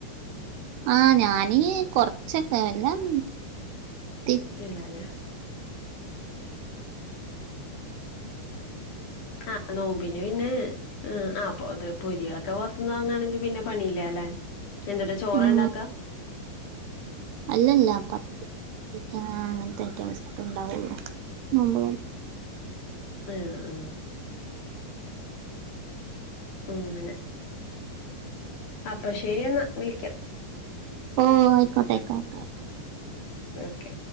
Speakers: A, on the right; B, on the left.
A: ആഹഞാന് കൊറച്ചൊക്കെ എല്ലാം ഇ
B: ഇല്ലല്ലേ ആഹ് നോമ്പിന് പിന്നെ ആത് പൊരികളൊക്കെ പുറത്തുന്ന് താങ്ങാണെങ്കി പിന്നെ പണിയില്ലല്ല എന്തട്ടാ ചോറ
A: ഉം
B: ഉണ്ടാക്ക
A: അല്ലല്ല പ അങ്ങനത്തെ ഐറ്റംസ് ഒക്കെ ഇണ്ടാവുള്ളു നമ്മ
B: ഏ ആ ഉം അങ്ങനെ അപ്പ ശരിയെന്നാ വിളിക്കാം
A: ഓ ആയിക്കോട്ടെ ആയിക്കോട്ടെ ആയിക്കോട്ടെ
B: ഓക്കെ